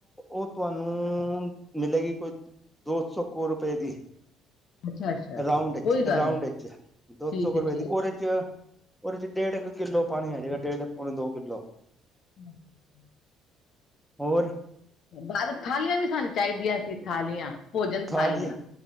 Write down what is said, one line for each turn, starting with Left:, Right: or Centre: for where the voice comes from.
Centre: ਓ ਤੁਆਨੂੰ ਮਿਲੇਗੀ ਕੋਈ ਦੋ ਸੌ ਕੁ ਰੁਪਏ ਦੀ।
Left: ਅੱਛਾ, ਅੱਛਾ, ਅੱਛਾ।
Centre: ਰਾਉਂਡ ਇੱਚ,
Left: ਕੋਈ ਗੱਲ
Centre: ਰਾਉਂਡ
Left: ਨੀ,
Centre: ਇੱਚ ਦੋ
Left: ਠੀਕ
Centre: ਸੌ ਕੁ
Left: ਹੈ,
Centre: ਰਪਏ
Left: ਠੀਕ।
Centre: ਦੀ ਓਦੇ ਚ ਓਦੇ ਚ ਡੇਢ ਕੁ ਕਿੱਲੋ ਪਾਣੀ ਆ ਜੇਗਾ ਡੇਢ ਪੋਣੇ ਦੋ ਕਿੱਲੋ।
Left: <inaudible>
Centre: ਹੋਰ?
Left: ਬਾਰੋਂ ਥਾਲੀਆਂ ਵੀ ਸਾਨੂੰ ਚਾਈਦੀਆਂ ਸੀ ਥਾਲੀਆਂ। ਭੋਜਨ
Centre: ਥਾਲੀ,
Left: ਥਾਲੀਆਂ।